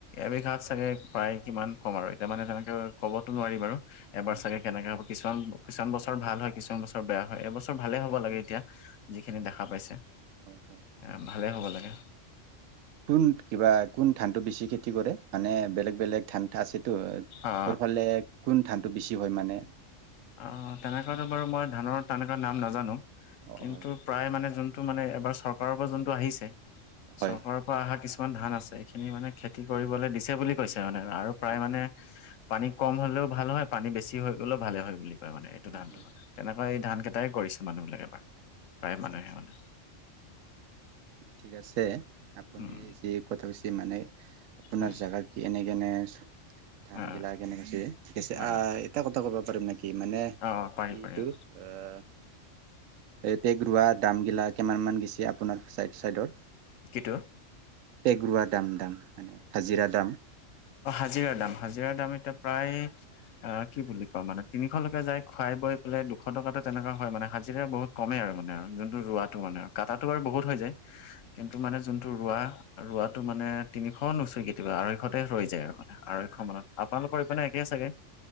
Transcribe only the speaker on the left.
এবিঘাত চাগে প্ৰায় কিমান কম আৰু এতিয়া মানে তেনেকে ক'বতো নোৱাৰি বাৰু এবাৰ
চাগে
কেনেকে হব কিছুমান কিছুমান বছৰ ভাল হয়। কিছুমান বছৰ বেয়া হয় এইবছৰ ভালে হব লাগে এতিয়া যিখিনি দেখা পাইছে।
এ
ভালে হ'ব লাগে।
অ
অ তেনেকুৱটো বাৰু মই ধানৰ তেনেকুৱা নাম নাজানো
কিন্তু
প্ৰায় মানে যোন? মানে এবাৰ চৰকাৰৰ পৰা যোনটো আহিছে
চৰকাৰৰ পৰা আহা কিছুমান- কিছুমান ধান আছে এইখিনি মানে খেতি কৰিবলৈ দিছে বুলি কৈছে মানে আৰু প্ৰায়
মানে
পানী কম হ'লেও ভাল হয় পানী বেছি হৈ গ'লেও ভালে হয় বুলি কয় মানে এইটো
ধানটো
কথা তেনে এই ধান কেইটাই কৰিছে মানুহ বিলাকে বাৰু প্ৰায়
মানুহে
মানে।
উম
উম
অ
অ
অ পাৰি
পাৰি অ,
কিন্ত
অ হাজিৰাৰ দাম হাজিৰাৰ দাম এতিয়া প্ৰায়
অ কি বুলি কোৱা মানে তিনিশলৈকে যাই খুৱাই বৈ পেলাই দুশ টকাটো তেনেকুৱা হয় মানে হাজিৰা বহুত কমে আৰু মানে। যোনটো ৰোৱাটো মানে আৰু কাটাটো বাৰু বহুত হৈ যায় কিন্তু মানে যোনটো ৰোৱা ৰোৱাটো মানে তিনিশ নুচুই কেতিয়াবা আঢ়ৈশতে ৰৈ যায় আৰু, মানে আঢ়ৈশ মানত আপোনালোকৰ ইপিনে একে চাগে।